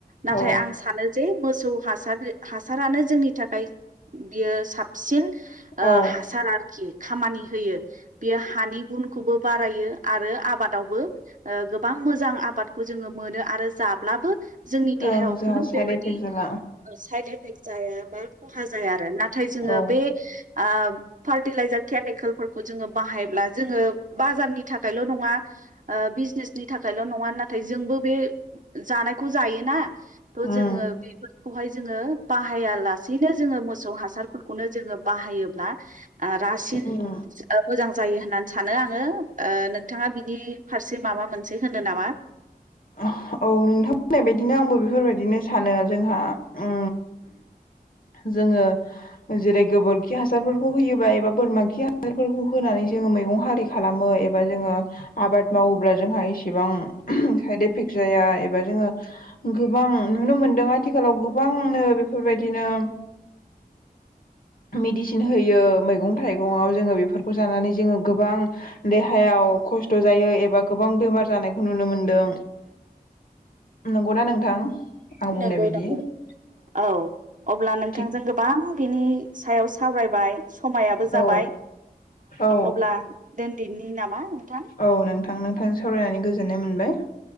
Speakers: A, on the right (about 55°); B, on the left (about 60°).
A: नाथाय
B: औ
A: आं सानो जे। मोसौ हासार हासारानो जोंनि थाखाय बियो साबसिन।
B: औ
A: ओ हासार आरोखि खामानि होयो बे हानि गुनखौबो बारायो। आरो आबादावबो गोबां मोजां आबादखौ जोङो मोनो आरो। जाब्लाबो जोंनि देहायाव
B: ओं जोंहा
A: खुनु
B: साइड
A: बेबायदि
B: इफेक्ट जाला
A: साइड एफेक्टस। जाया बा खहा जाया आरो नाथाय
B: औ
A: जोङो बे ओ फार्टिलाइजार केमिकेलफोरखौ जोङो बाहायब्ला जोङो बाजारनि थाखायल' नङा बिजनेसनि थाखायल' नङा नाथाय जोंबो बे जानायखौ जायोना
B: उम
A: थ' जोङो बेफोर खौहाय जोङो बाहाया लासेैनो जोङो मोसौ हासारफोरखौनो जोङो बाहायो। ब्ला रासिन
B: उम
A: मोजां जायो होननानै सानो आङो। ओ नोंथाङा बिनि फारसे माबा मोनसे होनो नामा?
B: आ। औ नोंथांमोननाय बायदिनो आंबो बेफोरबायदिनो सानो जोंहा उ जोङो जेरै गोबोरखि हासारफोरखौ होयोबा एबा बोरमा खि हासारफोरखौ होनानै जोङो मै मैगं हारि खालामो एबा जोङो आबाद मावोब्ला जोंहा इसेबां साइद एफेक्ट जाया एबा जोङो गोबां नुनो मोनदों आथिखालाव गोबांनो बेफोरबायदि। बिदिनो। मेडिसिन होयो मैगं थाइगंखव जोङो बेफोरखौ जानानै जोङो गोबां देहायाव खस्थ' जायो एबा गोबां बेमार जानायखौ नुनो मोनदों। नंगौनाा नोंथां? आं बुंनाय
A: नंगौ
B: बायदि
A: नंगौ औ अब्ला नोंथांजों
B: थिग
A: गोबां। बिनि सायाव सावरायबाय समायाबो जाबाय
B: औ औ
A: अब्ला दोनदिनि नामा नोंथां
B: औ नोंथां नोंथांजों सावरायनानै गोजोननाय मोनबाय।